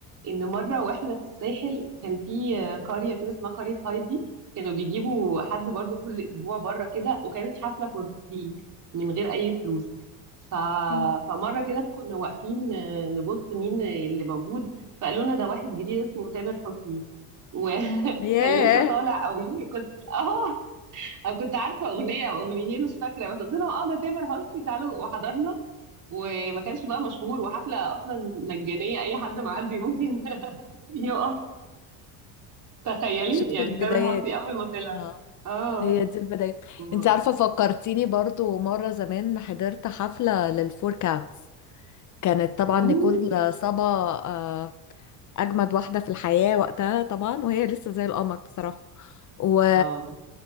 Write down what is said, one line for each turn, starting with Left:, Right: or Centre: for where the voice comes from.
Right: ان مره واحنا في الساحل كان في آه، قريه كده اسمها قريه هايدي كانوا بيجيبوا حد برضو كل اسبوع بره كده وكانت حفله فور فري من غير اي فلوس ف...
Left: مم.
Right: فمره كده كنا واقفين آه، نبص مين اللي موجود فقالوا لنا ده واحد جديد اسمه تامر حسني وكان
Left: ياه
Right: <laughs> لسه طالع او يمكن كنت <laughs> اه أو كنت عارفه اغنيه او اغنيتين مش فاكره بس قلت لهم اه ده تامر حسني تعالوا وحضرنا وما كانش بقى مشهور وحفله اصلا مجانيه اي حد معدي ممكن <laughs> يقف تخيلي
Left: شوفي
Right: يعني
Left: البدايات
Right: تامر حسني اول ما طلع
Left: اه
Right: اه
Left: هي دي البداية
Right: و-
Left: انت عارفة فكرتيني برضو مرة زمان حضرت حفلة للفور كاتس كانت طبعا
Right: مم.
Left: نيكول صبا آه، أجمد واحدة في الحياة وقتها طبعا وهي لسه زي القمر بصراحة و...
Right: اه